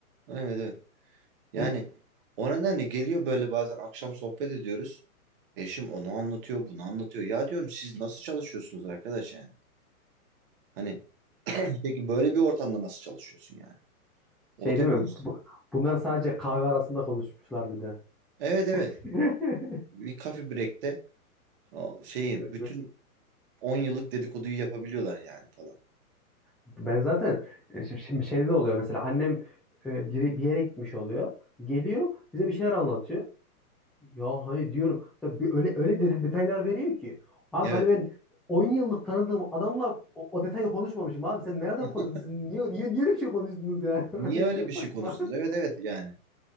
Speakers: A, on the right; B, in the centre.
A: Evet evet. Yani
B: Şey
A: o nedenle geliyor böyle bazen akşam sohbet ediyoruz. Eşim onu anlatıyor, bunu anlatıyor. Ya diyorum siz nasıl çalışıyorsunuz arkadaş yani? Hani <clears throat> peki böyle bir ortamda nasıl çalışıyorsun yani? O
B: şey
A: da
B: değil mi?
A: büyük.
B: Bu- Bunlar sadece kahve arasında konuşmuşlar bir de.
A: Evet evet.
B: <laughs>
A: Bir kafe break'te o şeyi
B: Evet,
A: bütün
B: evet.
A: 10 yıllık dedikoduyu yapabiliyorlar yani falan.
B: Ben zaten e, şi- şimdi şeyde de oluyor mesela annem e, bir, bir yere gitmiş oluyor. Geliyor bize bir şeyler anlatıyor. Ya hani diyorum mesela bir öyle öyle de- detaylar veriyor ki. Abi
A: Evet.
B: hani ben 10 yıllık tanıdığım adamla o, o detayı konuşmamışım abi. Sen nereden
A: <laughs>
B: kon- siz niye niye niye öyle bir şey konuştunuz yani?
A: Niye
B: <laughs>
A: öyle
B: Çok
A: bir şey
B: saçma.
A: konuştunuz? Evet evet yani.